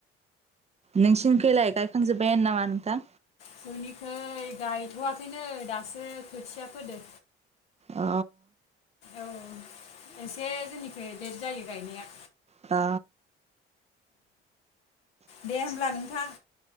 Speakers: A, on the right (about 20°); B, on the left (about 75°).
A: नोंसिनि खैलाय गायखांजोब्बायानो नामा नोंथां?
B: जोंनिखै गायथ'वाखैनोै दासो खोथिया फोदो।
A: अ
B: औ एसे जोंनिखै लेट जायो गायनाया।
A: अ
B: दे होमब्ला नोंथाङ